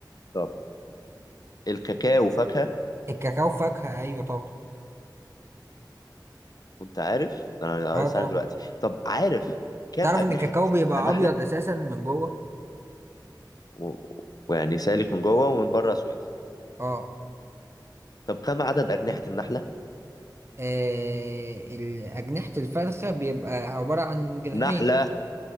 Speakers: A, on the left; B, on the right.
A: طب الكاكاو فاكهة
B: الكاكاو فاكهه ايوه طبعا
A: كنت عارف؟ أنا
B: اه
A: أنا لسه
B: طبعا
A: عارف دلوقتي طب عارف كام
B: تعرف
A: أجنحة
B: ان الكاكاو بيبقى
A: النحلة؟
B: ابيض اساسا من جوه
A: و... ويعني سالك من جوه ومن بره اسود
B: اه
A: طب كم عدد اجنحه النحله
B: آه، ال- أجنحة الفرخة بيبقى عبارة عن جناحين
A: نحله